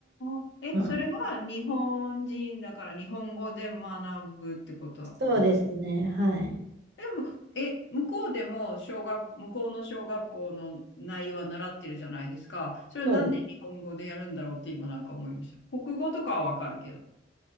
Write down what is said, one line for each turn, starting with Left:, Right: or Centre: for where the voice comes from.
Left: あ、え、
Right: まあ、
Left: それは日本人だから日本語で学ぶってことな
Right: そうですね。はい。
Left: でも、え、向こうでも小学、向こうの小学校の内容は習ってるじゃないですか。それはなんで日本語でやるんだろうって今なんか思いました。
Right: そうです
Left: 国語とかはわかるけど。